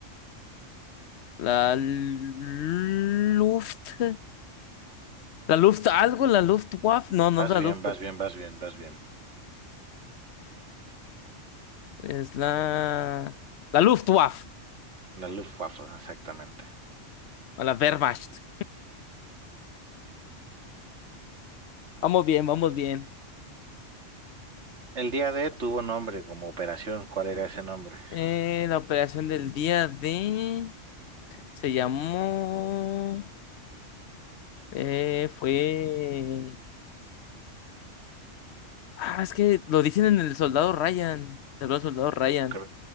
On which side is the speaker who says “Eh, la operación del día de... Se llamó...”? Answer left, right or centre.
Left